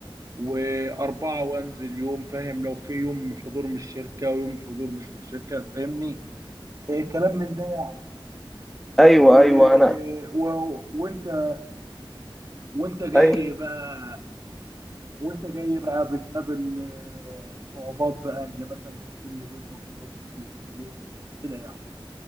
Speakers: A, on the right (about 40°); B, in the centre.
A: واربعه وانزل يوم فاهم لو في يوم حضور من الشركه ويوم حضور مش من الشركه فاهمني آه، كلام من ده يعني
B: ايوه
A: و...
B: ايوه انا
A: و... وانت وانت جاي
B: ايوه
A: بقى وانت جاي بقى بتقابل آه، صعوبات بقى ان مثلا السينيور يطلب منك شغل كتير كده